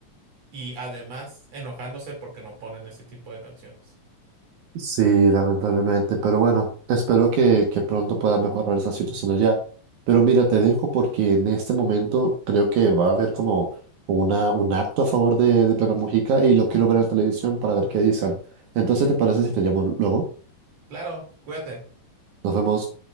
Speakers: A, on the right; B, on the right.
A: y además enojándose porque no ponen ese tipo de canciones.
B: Sí, lamentablemente, pero bueno, espero que, que pronto pueda mejorar esa situación allá. Pero mira, te dejo porque en este momento creo que va a haber como una, un acto a favor de, de Pepe Mujica y lo quiero ver en televisión para ver qué dicen. Entonces, ¿te parece si te llamo luego?
A: Claro, cuídate.
B: Nos vemos.